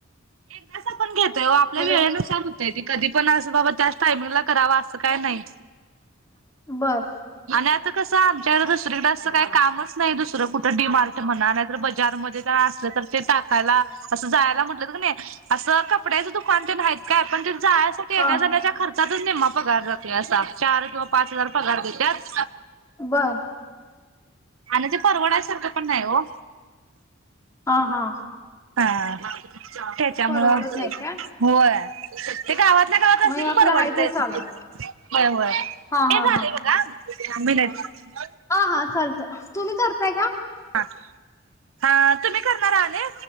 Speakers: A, on the right (about 90°); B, on the left (about 15°).
A: एकदाच आपण घेतोय ओ आपल्या
B: हॅलो
A: वेळेनुसार कधी पण असं बाबा त्याच टायमिंग ला करावं असं काय नाही
B: बर
A: आणि आता कसं आमच्याकडं दुसरीकडं असं काही कामच नाही दुसरं कुठं डी मार्ट म्हणा नाहीतर बजार मध्ये काय अस तर ते टाकायला असं जायला म्हटलं तर कनी असं कपड्याचं दुकान तेन आहेत काय पण ते जायसाठी येण्या
B: हा
A: जाण्याच्या खर्च चातच निम्मा पगार जातोय असा चार किंवा पाच हजार पगार देत्यात
B: बर
A: आणि ते परवडायसारखं पण नाही ओ
B: हां
A: हा त्याच्यामुळं
B: परवडत नाही काय
A: होय ते गावात ल्या गावात
B: मग
A: असलं
B: हे
A: की
B: आपलं
A: परवडतंय
B: आहे ते चालू आहे
A: होय होय हे
B: हा हा
A: झालंय
B: हा
A: बघा या महिन्यात
B: हा हा चालतंय तुम्ही करताय का
A: हा हा तुम्ही करणारा आणि